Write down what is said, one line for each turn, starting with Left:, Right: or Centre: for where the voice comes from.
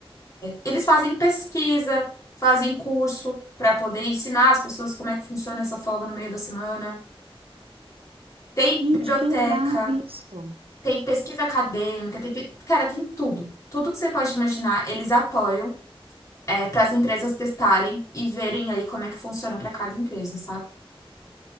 Left: Eles fazem pesquisa, fazem curso para poder ensinar as pessoas como é que funciona essa folga no meio da semana. Tem
Right: Gente,
Left: biblioteca,
Right: que legal isso!
Left: tem pesquisa acadêmica, tem, bi- cara, tem tudo. Tudo que você pode imaginar, eles apoiam, é, para as empresas testarem e verem aí como é que funciona para cada empresa, sabe?